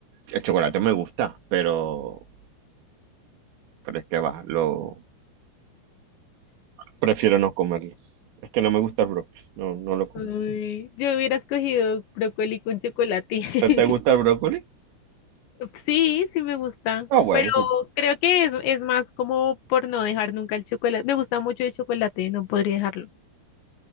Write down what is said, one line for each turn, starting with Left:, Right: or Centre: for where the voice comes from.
Right: el chocolate me gusta, pero, pero es que va, lo, Prefiero no comerlo. Es que no me gusta el brócoli. No, no lo como.
Left: Uy, yo hubiera escogido brócoli con chocolate.
Right: ¿No ¿Te gusta
Left: <laughs>
Right: el brócoli?
Left: Sí, sí me gusta,
Right: Ah, bueno,
Left: pero
Right: sí.
Left: creo que es, es más como por no dejar nunca el chocolate. Me gusta mucho el chocolate, no podría dejarlo.